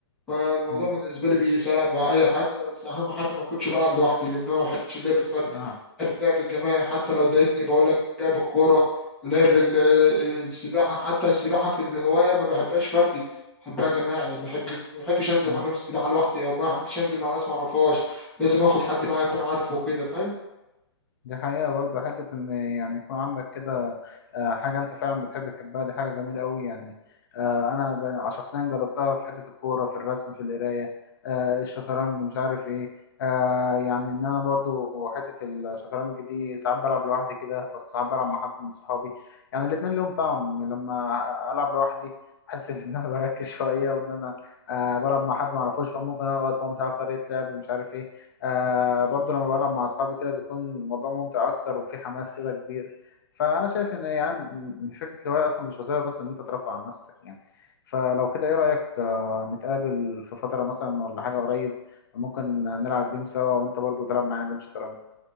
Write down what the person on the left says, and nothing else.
مم.
آه.
مم.
دي حقيقة برضه حتة إن يعني يكون عندك كده آه، حاجة أنت فعلا بتحب تحبها دي حاجة جميلة أوي يعني آه، أنا جا- شخصيا جربتها في حتة الكورة في الرسم في القراية آه، الشطرنج مش عارف إيه آه، يعني إن أنا برضه حتة الشطرنج دي ساعات بلعب لوحدي كده أو ساعات بلعب مع حد من صحابي يعني الاتنين لهم طعم لما ألعب لوحدي بحس <laughs> إن أنا بركز شوية وإن أنا آه، بلعب مع حد معرفوش فممكن أغلط هو مش عارف طريقة لعبي مش عارف إيه آه برضو لما بلعب مع أصحابي كده بيكون الموضوع ممتع أكتر وفي حماس كده كبير فأنا شايف إن يعني م- فكرة الهواية أصلا مش وسيلة بس إن أنت ترفع عن نفسك يعني فلو كده إيه رأيك آه نتقابل في فترة مثلا ولا حاجة قريب ممكن نلعب جيم سوا وأنت برضو تلعب معايا جيم شطرنج